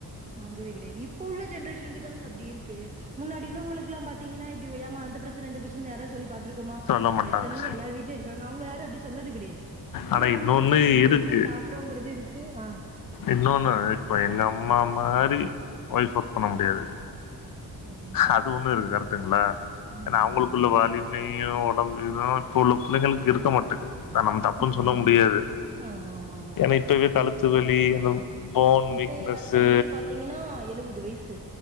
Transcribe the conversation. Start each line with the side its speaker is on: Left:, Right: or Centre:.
Right: வந்தது கெடையாது இப்ப உள்ள ஜென்ரேஷனுக்கு தாங்க அப்டி இருக்கு முன்னாடி உள்ள உங்களுக்கு பாத்தீங்கனா இப்டி ஏமா அந்த பிரச்சன இந்த பிரச்சன யார சொல்லி பாத் ருக்கோமா
Left: சொல்ல மாட்டாங்க.
Right: வயசானவங்க எல்லார் வீ்ட்லயு இருக்காங்க அவுங்க யாரு அப்டி சொன்னது கெடையாது
Left: ஆனா
Right: ஏன்னா அவங்களுக்கு
Left: இன்னொன்னு
Right: தெரியு
Left: இருக்கு.
Right: எப்டி சாப்பறோங்கறது இருக்கு ஆ
Left: இன்னொன்னு இப்போ எங்க அம்மா மாரி ஒய்ஃப் ஒர்க் பண்ண முடியாது
Right: ம், ம்.
Left: அது ஒண்ணு இருக்கு கரெக்டுங்ளா
Right: ம்,
Left: ஏன்னா அவுங்களுக்குள்ள
Right: ம். கரெக்ட்டா.
Left: வலி மையு உடம்பு இது இப்ப உள்ள புள்ளைங்களுக்கு இருக்க மாட்டுக்கு நம்ம தப்புன்னு
Right: ம்
Left: சொல்ல முடியாது
Right: ஆமா ஆமா ஆமா
Left: ஏன்னா இப்பவே கழுத்து வலி போன்
Right: இப்ப
Left: வீக்னஸ்ஸு
Right: எங்க அத்தைக்கி பாத்தீங்கன்னா எழுவது வயசு